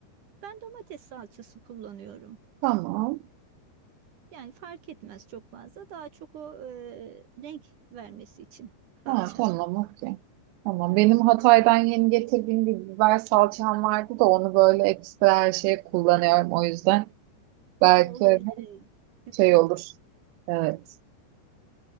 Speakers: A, on the right; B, on the right.
A: ben domates salçası kullanıyorum.
B: Tamam.
A: Yani fark etmez çok fazla. Daha çok o e, renk vermesi için salça.
B: Ha, tamam okey. Tamam.
A: Hı
B: Benim
A: hı.
B: Hatay'dan yeni getirdiğim bir biber salçam vardı da onu böyle ekstra her şeye kullanıyorum. O yüzden belki
A: O olabilir. e, Güzel
B: şey
A: olur.
B: olur. Evet.